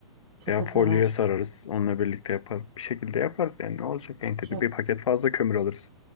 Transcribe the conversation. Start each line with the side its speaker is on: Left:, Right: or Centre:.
Right: çok
Left: Veya
Right: da sever.
Left: folyoya sararız. Onunla birlikte yapar. Bir şekilde yaparız yani. Ne olacak en kötü?
Right: Çok.
Left: Bir paket fazla kömür alırız.